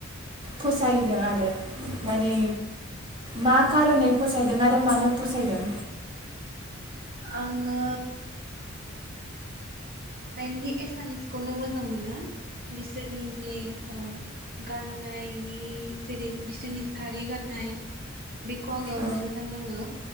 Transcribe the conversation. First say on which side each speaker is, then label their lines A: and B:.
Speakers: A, on the right (about 25°); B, on the right (about 50°).
A: फसायदों आरो माने मा खार'नै फसायदों आरो मानो फसायदों
B: आङो मेइनलि एसामिसखौनो मोजां मोनो बिसोरनि जे ओ गाननायनि जेरै बिसोरनि सारि गाननाय बेखौ आङो
A: औ
B: मोजां नाङो